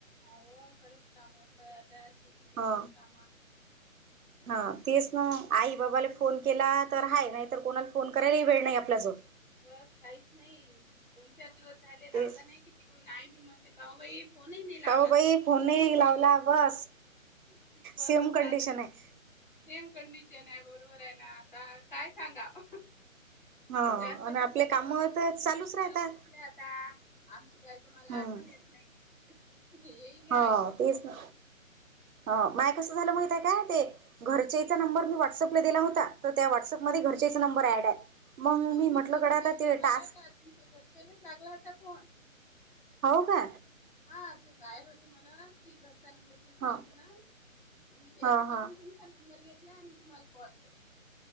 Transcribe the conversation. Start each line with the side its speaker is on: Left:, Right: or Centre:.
Left: हव खरंच काम होत आता श <inaudible> <inaudible>
Right: हा हा तेच ना आई बाबाला
Left: हम्म
Right: फोन केला तर हा नाहीतर कोणाला फोन करायलाही वेळ नाही आपल्या जवळ
Left: बस काहीच नाही दोन चार दिवस झाले लावला
Right: तेच
Left: नाही तिकडून आई बी म्हणते जाऊबाई फोन नाही नाही नाही लावला
Right: का हो बाई
Left: तू,
Right: फोन
Left: बोली नाही
Right: लावला बस
Left: बस
Right: सेम
Left: होता
Right: कंडिशन
Left: आता
Right: आहे
Left: सेम कंडिशन आहे बरोबर आहे ना आता काय सांगाव
Right: हा
Left: जास्त
Right: आणि
Left: म्हटलं
Right: आपले
Left: तर
Right: काम
Left: हो तुम्ही
Right: चालूच
Left: संसारात
Right: राहतात
Left: गुंतले आता, आमची काय तुम्हाला
Right: हम्म
Left: आठवण नाही हेही घ्या
Right: हा
Left: ऐकून
Right: तेच ना. ह माय
Left: काय
Right: कसं झालं माहित आहे काय ते
Left: हा
Right: घरचेचा नंबर मी व्हॉट्सअपला दिला होता त्या व्हॉट्सअपमध्ये घरचेच नंबर ऍड आहे, मग
Left: अहो
Right: मी म्हटलं
Left: पहिले
Right: कड
Left: त्यालाच
Right: आता ते
Left: लावला
Right: टास्क
Left: होता तुमच्या घरच्या लेच लागला होता फोन?
Right: हो का?
Left: हा ते बाहेर होते म्हणत कि घरचा नंबर. दुसर
Right: हा
Left: आहे म्हणा मी त्याच्या
Right: हा हा
Left: जळून तुमचा नंबर घेतला आणि तुम्हाला कॉल केला.